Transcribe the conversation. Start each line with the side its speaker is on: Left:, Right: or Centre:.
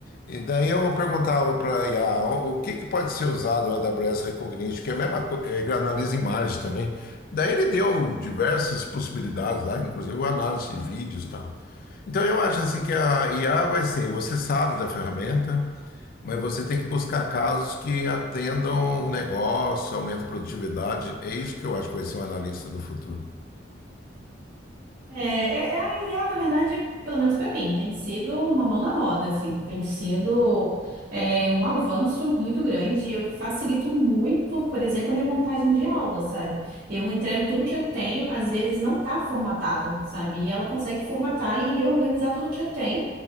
Left: E daí eu perguntava para a IA, o o que, que pode ser usado o AWS Recognition, que é a mesma coisa, ele analisa imagem também. Daí ele deu diversas possibilidades lá, inclusive análise de vídeos e tal. Então, eu acho assim que a IA vai ser, você sabe da ferramenta, mas você tem que buscar casos que atendam o negócio, aumenta a produtividade. É isso que eu acho que vai ser um analista do futuro.
Right: É, é, é a IA, na verdade, pelo menos para mim, tem sido uma mão na roda, assim, tem sido é, um avanço muito grande. Eu facilito muito, por exemplo, a minha montagem de aula, sabe? Eu entrego tudo que eu tenho, às vezes não está formatado, sabe? E ela consegue formatar e reorganizar tudo que eu tenho.